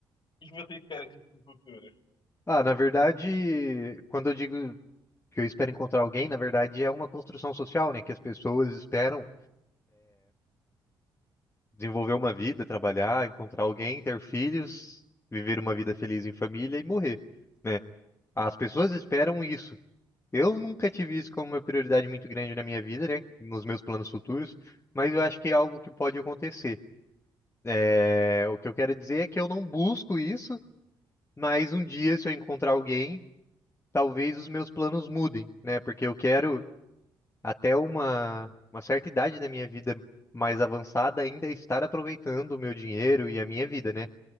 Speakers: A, on the left; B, on the left.
A: O que você espera disso no futuro?
B: Ah, na verdade, quando eu digo que eu espero encontrar alguém, na verdade é uma construção social, né? Que as pessoas esperam desenvolver uma vida, trabalhar, encontrar alguém, ter filhos, viver uma vida feliz em família e morrer, né? As pessoas esperam isso. Eu nunca tive isso como uma prioridade muito grande na minha vida, né? Nos meus planos futuros, mas eu acho que é algo que pode acontecer. É, o que eu quero dizer é que eu não busco isso. Mas um dia, se eu encontrar alguém, talvez os meus planos mudem, né? Porque eu quero, até uma, uma certa idade da minha vida mais avançada, ainda estar aproveitando o meu dinheiro e a minha vida, né?